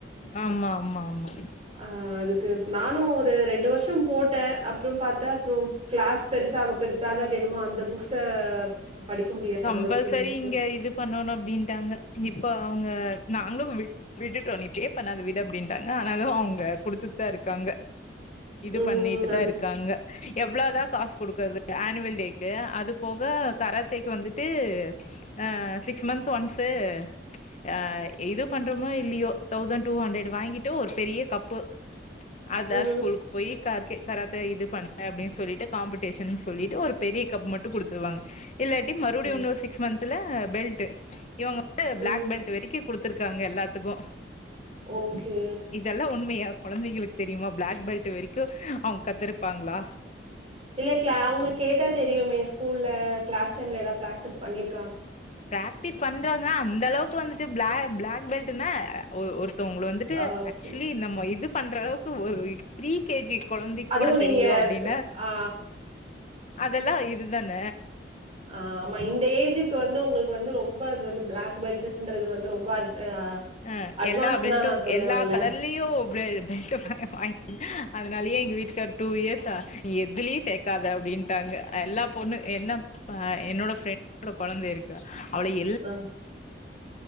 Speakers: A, on the left; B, on the right.
A: ஆமா ஆமா ஆமா
B: ஆ அதுக்கு நானும் ஒரு ரெண்டு வருஷம் போட்டே அப்புறம் பாத்தா அப்புறம் கிளாஸ் பெருசாக பெருசாக அது என்னமோ அந்த புக்ஸ படிக்க முடியாதளவுக்கு
A: கம்பல்சரி
B: இருந்துச்சு
A: இங்க இது பண்ணணு அப்டிண்ட்டாங்க இப்ப அவுங்க நாங்களு விட் விட்டுட்டோ நீ இப்டியே பண்ணாத விடு அப்டிண்டாங்க ஆனாலு அவுங்க குடுத்துட்டுதா இருக்காங்க இது
B: ம்.
A: பண்ணிட்டுதா
B: அந்த
A: இருக்காங்க எவ்ளோதா காஸ் குடுக்கறது ஆனுவல் டேக்கு அது போக கராத் தேக்கு வந்துட்டு ஆ சிக்ஸ் மந்த் ஒன்ஸு ஆ இது பண்றோமோ இல்லியோ தௌசண்ட் டூ ஹண்ட்ரட் வாங்கிட்டு ஒரு பெரிய கப்பு அதா
B: ம்.
A: ஸ்கூலுக்கு போய் கார்க்கே கராத்த இது பண்ண அப்டின்னு சொல்லிட்டு காம்படீஷன்னு சொல்லிட்டு ஒரு பெரிய கப் மட்டு குடுத்துருவாங்க இல்லாட்டி மறுபுடியு
B: ம்.
A: இன்னு சிக்ஸ் மந்த்ல பெல்ட்டு இவங்க வந்து
B: ம்.
A: பிளாக் பெல்ட் வரைக்கு குடுத்துருக்காங்க எல்லாத்துக்கு
B: ஓகே
A: இதெல்லா உண்மையா குழந்தைகளுக்கு தெரியுமா பிளாக் பெல்ட்டு வெரைக்கு அவுங்க கத்துருப்பாங்களா
B: இல்ல களா அவுங்கள கேட்டா தெரியுமே ஸ்கூல்ல கிளாஸ் டைம்ல ஏதாது பிராக்டிஸ் பண்ணிருக்க
A: பிராக்டிஸ் பண்றாங்க அந்தளவுக் வந்துட்டு பிளா பிளாக் பெல்ட்டுனா ஒருத்தவுங்கள வந்துட்டு
B: ஆ ஓகே.
A: ஆக்சுவலி நம்ம இது பண்றளவுக் கு ஒரு ப்ரீ கேஜி கொழந்தைக்
B: அதுவும்
A: கூட
B: நீங்க
A: தெரியு அப்டின்னா
B: ப் ஆ
A: அதெல்லா இதுதான
B: ஆ ஆமா இந்த ஏஜுக்கு வந்து உங்களுக்கு வந்து ரொம்ப அது வந்து பிளாக் பெல்ட்டுன்றது வந்து ரொம்ப அ
A: ஆ
B: அட்வான்ஸ்ன்னு
A: எல்லா பெல்ட்டு
B: தான் நான் சொல்லுவேன்ல.
A: எல்லா கலர் லியு பெ பெல்ட்ட <unintelligible> வாங்கிக் அதனாலயே எங்க வீட்டுக்கார் டூ இயர்ஸா எதுலியு க்காது அப்டின்ட்டாங்க எல்லா பொண்ணு என்ன ஆ என்னோட ஃப்ரெண்ட் ஓட கொழந்தை இருக்கு அவள எல்
B: ம்